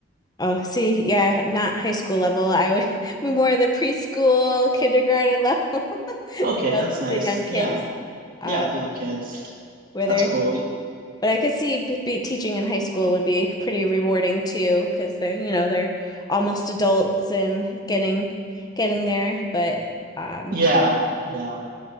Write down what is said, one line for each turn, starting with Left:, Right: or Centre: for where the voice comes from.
Left: Oh, see, yeah, not high school level. I would <laughs> be more the preschool, kindergarten level, <laughs>
Right: Okay,
Left: you know,
Right: that's nice.
Left: the young kids.
Right: Yeah,
Left: Um,
Right: yeah, the young kids.
Left: where
Right: That's
Left: they're,
Right: cool.
Left: but I could see b be teaching in high school would be pretty rewarding too, because they're, you know, they're almost adults and getting getting there. But um,
Right: Yeah, yeah.